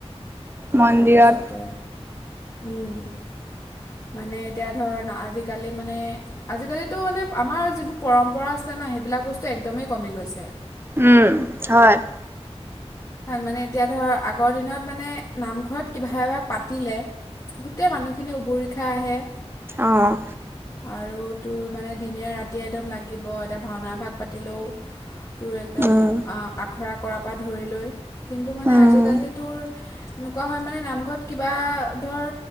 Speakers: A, on the right; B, on the left.
A: মন্দিৰত
B: তাৰপিছতে, উম মানে এতিয়া ধৰ ন আজিকালি মানে আজিকালিটো মানে আমাৰ যিবোৰ পৰম্পৰা আ, ন সেইবিলাক বস্তু একদমেই কমি গৈছে,
A: উম, হয়।
B: মানে এতিয়া ধৰ আগৰ দিনত মানে নামঘৰত কিবা এভাগ পাতিলে গোটেই মানুহখিনি উবৰি, উতখাই আহে।
A: অঁ
B: আৰু তোৰ মানে দিনে ৰাতিযে একদম লাগিব এদ, ভাওনাভাগ পাতিলেও তোৰ একদম
A: উম,
B: আখৰাক, কপ পৰা ধৰি লৈ, কিন্তু মানে
A: উম,
B: আজিকালি তোৰ, এনেকুৱা হয় মানে নামঘৰত কিবা ধৰ